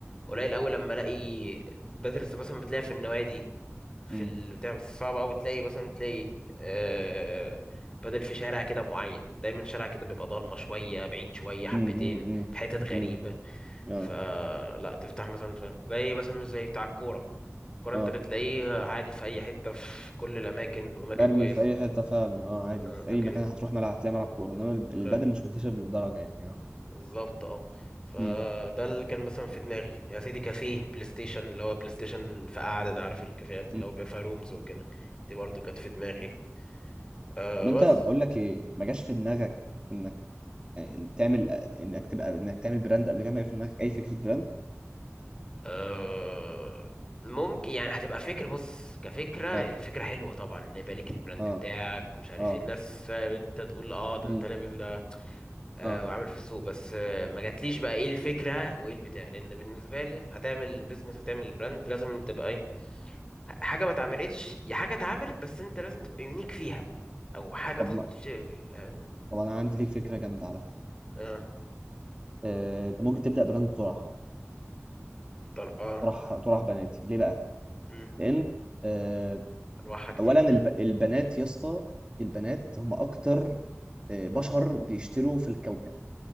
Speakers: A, on the left; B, on the right.
A: قليل أوي لما ألاقي بادل مثلا بتلاقيها في النوادي في
B: امم
A: البتاع بس صعب أوي تلاقي مثلا تلاقي آه بدل في شارع كده معين دايما شارع كده بيبقى ضلمة شوية بعيد شوية حبتين
B: امم امم
A: في حتت غريبة
B: امم اه
A: فلا تفتح مثلا تلاقي مثلا مش زي بتاع الكورة الكورة
B: اه
A: انت بتلاقيه عادي في أي حتة في كل الأماكن وأماكن
B: مرمي
A: كويسة
B: في اي حته فعلا اه عادي
A: آه
B: انت في
A: لكن
B: اي مكان هتروح ملعب هتلاقي ملعب كوره انما الب- البدل
A: لا،
B: مش منتشر للدرجه يعني اه
A: بالظبط اه فده
B: امم
A: اللي كان مثلا في دماغي يا سيدي كافيه بلاي ستيشن اللي هو بلاي ستيشن في قعدة ده عارف الكافيهات اللي
B: امم
A: هو بيبقى فيها رومز وكده دي برضه كانت في دماغي آه
B: طب انت
A: بس
B: بقول لك ايه ما جاش في دماغك ان آه، تعمل انك تبقى انك تعمل براند قبل كده ما يبقاش في دماغك اي فكره براند
A: آه، ممكن يعني هتبقى فكرة بص كفكرة
B: اه
A: هي فكرة حلوة طبعا ان يبقى ليك البراند
B: اه
A: بتاعك مش عارف
B: اه
A: ايه الناس فاهم انت تقول اه ده
B: مم.
A: انت لابس ده آه
B: اه
A: وعامل في السوق بس آه ما جاتليش بقى ايه الفكرة وايه البتاع لان بالنسبة لي هتعمل بيزنس هتعمل براند لازم تبقى ايه حاجة ما اتعملتش يا حاجة اتعملت بس انت لازم تبقى يونيك فيها او حاجة
B: طب
A: تحط
B: ما
A: فيها فاهم
B: طب انا عندي ليك فكره جامده على فكره
A: اه
B: آه، انت ممكن تبدا براند طرح
A: طرقة
B: طرح طرح بناتي ليه بقى؟
A: مم،
B: لان آه،
A: انواعها كتير
B: اولا الب... البنات يا اسطى البنات هم اكتر آه، بشر بيشتروا في الكوكب